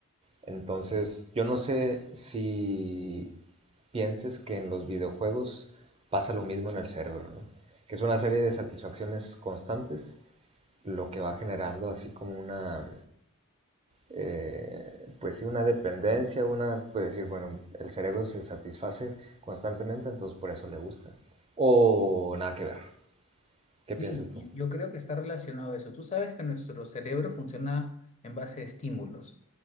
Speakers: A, on the right; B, on the left.
A: Entonces, yo no sé si pienses que en los videojuegos pasa lo mismo en el cerebro, ¿no? Que es una serie de satisfacciones constantes, lo que va generando así como una, eh, pues sí, una dependencia, una, pues decir, bueno, el cerebro se satisface constantemente, entonces por eso le gusta. O nada que ver. ¿Qué
B: Sí,
A: piensas tú?
B: y yo creo que está relacionado a eso. Tú sabes que nuestro cerebro funciona en base a estímulos.